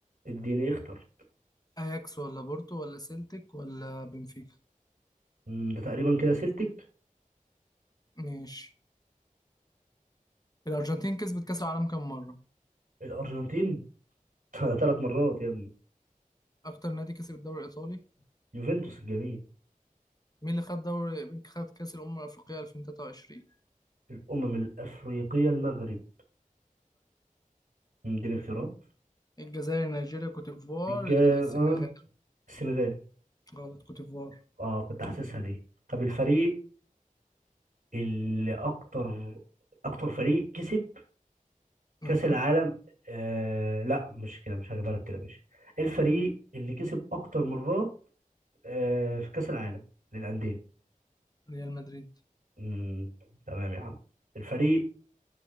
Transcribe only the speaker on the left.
اياكس ولا بورتو ولا سيلتيك ولا بنفيكا
ماشي الارجنتين كسبت كاس العالم كام مرة
اكتر نادي كسب الدوري الايطالي
مين اللي خد دوري مين خد كاس الامم الافريقية 2023
الجزائر نيجيريا كوت ديفوار
السنغال
غلط كوت ديفوار
مهم.
ريال مدريد